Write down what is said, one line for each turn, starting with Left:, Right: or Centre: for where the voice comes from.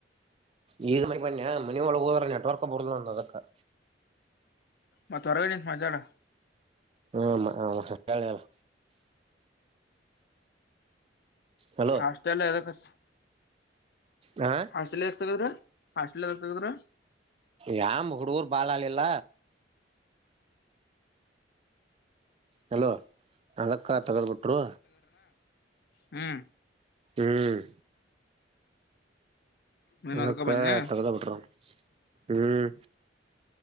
Right: ಈ <unintelligible> ಬನ್ನಯ ಮನ ಒಳಗೆ ಹೋದ್ರ ನೆಟ್ವರ್ಕ್ ಬರ್ದಂಲ್ಲ ನದ್ರೋದಕ್ಕ.
Left: ಮತ್ತ ಹೊರಗ ನಿಂತ ಮಾತಾಡ
Right: ಹ್ಮಾ ಮಾ ಮಾ ಹ ಹೇಳ್ ಹೇಳು. ಹಲೋ
Left: ಹಾಸ್ಟೆಲ್ ಎದ್ಕ ಹಾಚಿ
Right: ಹ
Left: ಹಾಸ್ಟೆಲ್ ಯಾರ್ತಾಗ್ದ್ರು ಹಾಸ್ಟೆಲ್ ಯಾವಾಗ್ತಾಗುದ್ರು.
Right: ಯಾಮ್ ಹುಡುಗರು ಬಾಳಾಲಿಲ್ಲ ಹಲೋ ಅದಕ್ಕ ತೆಗೆದ್ಬಿಟ್ರು.
Left: ಹ್ಮ.
Right: ಹ್ಮ್.
Left: ನೀನ್ ಅದಕ
Right: ಅಕ್ಕ
Left: ಬಂದ್ಯ
Right: ತಗದ ಬಿಟರ ಹ್ಮ್.